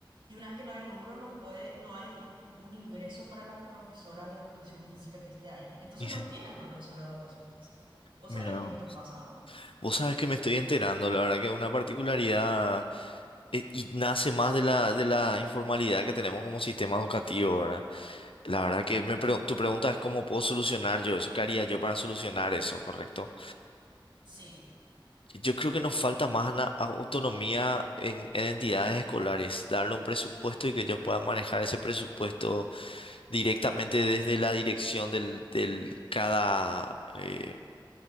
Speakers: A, on the right; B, on the left.
A: Y una vez que no hay rubro, no puede, no hay un, un ingreso para la profesora de educación física que esté ahí. Entonces
B: Y sí,
A: no tienen profesora de educación física. ¿Vos
B: mira
A: sabías que
B: vos.
A: esto pasa?
B: Vos sabés que me estoy enterando, la verdad que es una particularidad eh, y nace más de la, de la informalidad que tenemos como sistema educativo, ¿verdad? La verdad que
A: Ujú.
B: me preo- tu pregunta es cómo puedo solucionar yo eso, qué haría yo para solucionar eso, ¿correcto?
A: Sí.
B: Yo creo que nos falta más ana- a- autonomía en, en entidades escolares, darle un presupuesto y que ellos puedan manejar ese presupuesto directamente desde la dirección del, del cada... eh,